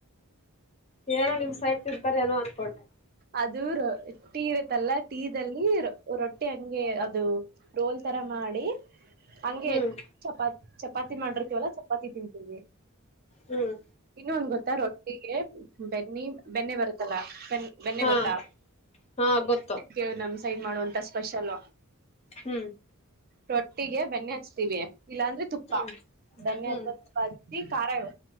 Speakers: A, on the left; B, on the right.
A: ಏನೋ ನಿಮ್ ಸೈಟ್ ತಿಂತಾರೇನೋ ಅನ್ಕೊಂಡೆ
B: ಅದೂಟೀ ಇರುತ್ತಲ್ಲ ಟೀದಲ್ಲಿ ಇರು ರೊಟ್ಟಿ ಹಂಗೆ ಅದು ರೋಲ್ ತರ ಮಾಡಿ ಹಂಗೆ
A: ಹ್ಮ್
B: ಚಪಾತಿ ಚಪಾತಿ ಮಾಡಿರ್ತಿವಲ್ಲ ಚಪಾತಿ ತಿಂತೀವಿ
A: ಹ್ಮ್
B: ಇನ್ನು ಒಂದ್ ಗೊತ್ತಾ ರೊಟ್ಟಿಗೆ ಬೆನ್ನಿ ಬೆನ್ನೆ ಬರುತ್ತಲ್ಲ ಬೆ ಬೆಣ್ಣೆ
A: ಹಾ
B: ಗೊತ್ತಾ
A: ಹಾ ಗೊತ್ತು
B: ಕೇಳ ನಮ್ ಸೈನ್ ಮಾಡುವಂತ ಸ್ಪೆಷಲ್
A: ಹ್ಮ್
B: ರೊಟ್ಟಿಗೆ ಬೆನ್ನೆ ಹಚ್ತೀವಿ ಇಲ್ಲಾಂದ್ರೆ ತುಪ್ಪ
A: ಹ್ಮ್
B: ಬೆನ್ನೆ
A: ಹ್ಮ್
B: ಹಚ್ಚುವ ತುಪ್ಪ ಹಚ್ಚಿ ಖಾರ ಇ